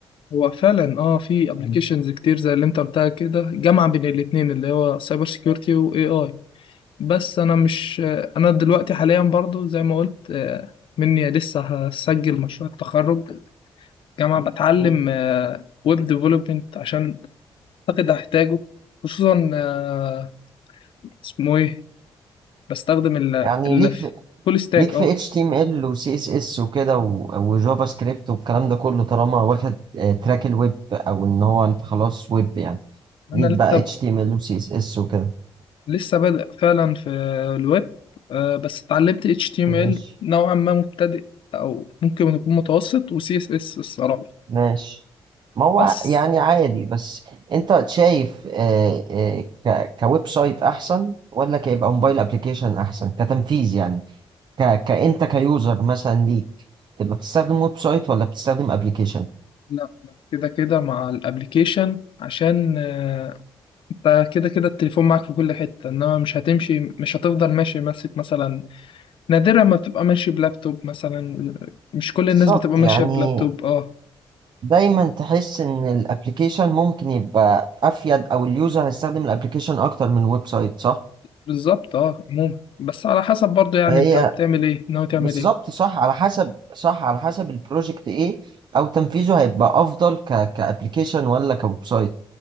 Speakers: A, on the left; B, on the right.
A: هو فعلا اه في ابلكيشنز كتير زي اللي انت قلتها كده جامعة بين الاتنين اللي هو سايبر سيكيورتي واي اي بس انا مش آه، انا دلوقتي حاليا برضو زي ما قلت آه، مني لسه هسجل مشروع التخرج جامعة بتعلم
B: مم.
A: ويب ديفلوبمنت عشان اعتقد هحتاجه خصوصا آه، اسمه ايه بستخدم ال
B: يعني
A: ال-
B: ليك في
A: فول ستاك
B: ليك في
A: اه
B: اتش تي ام ال وسي اس اس وكده و- وجافا سكريبت والكلام ده كله طالما واخد آه، تراك الويب او ان هو انت خلاص ويب يعني
A: انا
B: ليك
A: لسه
B: بقى HTML و CSS وكده
A: لسه بادئ فعلا في الويب آه، بس اتعلمت HTML
B: ماشي
A: نوعا ما مبتدئ او ممكن يكون متوسط و CSS الصراحة
B: ماشي ما هو
A: بس
B: ع- يعني عادي بس انت شايف آه، آه، ك- كويب سايت احسن ولا كيبقى موبايل ابلكيشن احسن كتنفيذ يعني ك كانت كيوزر مثلا ليك تبقى بتستخدم ويب سايت ولا بتستخدم ابلكيشن
A: لا أنا كده كده مع الابليكيشن عشان آه، انت كده كده التليفون معاك في كل حتة انما مش هتمشي مش هتفضل ماشي ماسك مثلا نادرا ما بتبقى ماشي بلابتوب مثلا مش كل
B: بالظبط
A: الناس بتبقى ماشية
B: يعني
A: بلابتوب اه
B: دايما تحس ان الابلكيشن ممكن يبقى افيد او اليوزر هيستخدم الابلكيشن اكتر من ويب سايت صح
A: بالظبط اه عموما بس على حسب برضه يعني
B: فهي
A: انت بتعمل ايه ناوي تعمل
B: بالظبط
A: ايه
B: صح على حسب صح على حسب البروجكت ايه او تنفيذه هيبقى افضل ك كابلكيشن ولا كويب سايت